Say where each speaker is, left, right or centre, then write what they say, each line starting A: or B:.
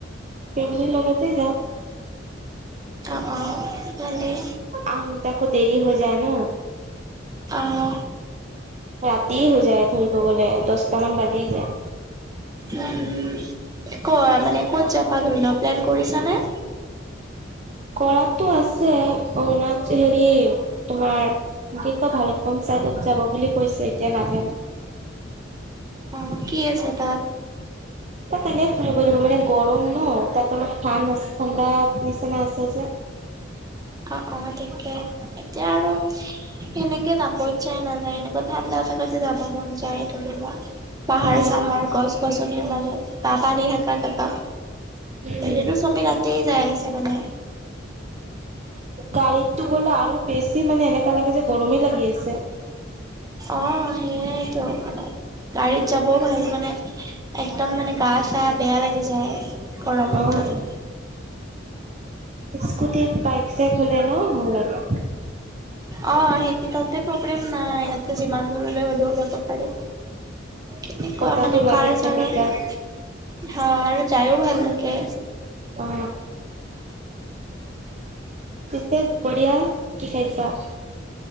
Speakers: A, on the right (about 35°); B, on the right (about 20°).
A: ফেমেলিৰ লগতে যাম।
B: অ অ ভালেই।
A: আহোতে আকৌ দেৰি হৈ যায় ন।
B: অ।
A: ৰাতিয়ে হৈ যায় ফুৰিব গ'লে দহটামান বাজি যায়।
B: উম উম ক মানে ক'ত যাবা ধৰি লও প্লেন কৰিছানে।
A: কৰাটো আছে অনা হেৰি তোমাৰ এক <unintelligible> কয় ভাল কম চাইডত যাব বুলি কৈছে এতিয়া নাজানো
B: অ কি আছে তাত
A: তাত তেনে ফুৰিব যাব মানে গৰম ন তাত অলপ ঠান আছে ঠাণ্ডা নিচিনা আছে যে।
B: অ অ ঠিকে এতিয়া আৰু। সেনেকে যাব ইচ্ছাই নাযায় এনেকুৱা ঠাণ্ডা থাকাতে যাব মন যায় ধৰি লোৱা পাহাৰ-
A: অ',
B: চাহাৰ গছ-গছনিৰ মাজত বা পানী থকা জেগা।
A: উম,
B: এনেতো চবেই তাতেই যাই আছে মানে।
A: গাড়ীতো গ'লে আৰু বেছি মানে এনেকা লাগে যে গৰমেই লাগি আছে।
B: অ সেইয়াইটো মানে গাড়ীত যাবও ভাল মানে। একদম মানে গা চা বেয়া লাগি যায়, গৰমত
A: অ',
B: থাকিব।
A: স্কুটিত বাইক- চাইক হলে ন, ভাল লাগে।
B: অ সেই তাতে প্ৰব্লেম নাই ইয়াতে যিমান দূৰলৈ হলেও যাব পাৰি। কেনেকুৱা
A: বতাহটো
B: মানে
A: লাগি
B: কাৰ -চাৰ
A: থাকে গাত।
B: অহ আৰু যায়ো ভাল লাগে।
A: অ পিছে দুপৰীয়া কি খাইছা?